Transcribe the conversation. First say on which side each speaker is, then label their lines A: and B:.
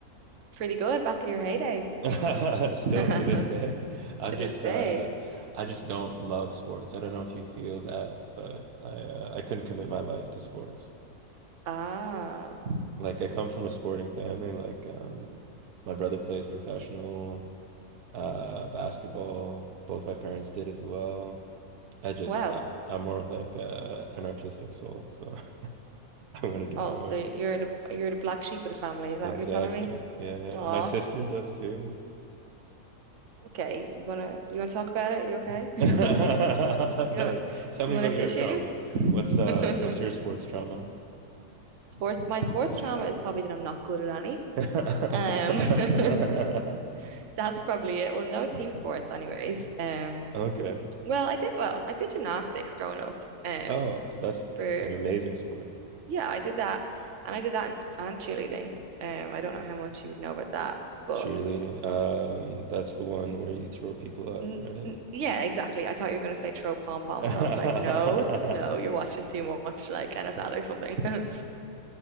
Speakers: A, on the right (about 55°); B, on the right (about 75°).
A: Pretty good back in your heyday.
B: <laughs> Still
A: <laughs>
B: to this day. I'm
A: To
B: just
A: this day.
B: uh I just don't love sports. I don't know if you feel that, but I uh, I couldn't commit my life to sports.
A: Ah,
B: Like I come from a sporting family. Like um, my brother plays professional uh, basketball. Both my parents did as well. I just
A: well.
B: I, I'm more of like uh, an artistic soul, so <laughs> I went a different
A: Oh, so
B: way.
A: you're the you're the black sheep of the family. Is that
B: Exactly.
A: what you're telling me?
B: Yeah, yeah.
A: Oh,
B: My sister does too.
A: okay. You wanna you wanna talk about it? You okay?
B: <laughs>
A: <laughs>
B: No,
A: You want
B: tell
A: you
B: me
A: want
B: about
A: a tissue?
B: your trauma.
A: <laughs>
B: What's uh what's your sports trauma?
A: Sports. My sports trauma is probably that I'm not good at any.
B: <laughs>
A: Um, <laughs> that's probably it. Well, no team sports, anyways. Um,
B: Okay.
A: well, I did well. I did gymnastics growing up. Um,
B: Oh, that's
A: for
B: an amazing sport.
A: yeah, I did that, and I did that and cheerleading. Um, I don't know how much you would know about that, but.
B: Cheerleading. Um, that's the one where you throw people up,
A: N
B: right?
A: n- yeah, exactly. I thought you were going to say throw pom poms.
B: <laughs>
A: I was like, no, no, you're watching too much like NFL or something. <laughs>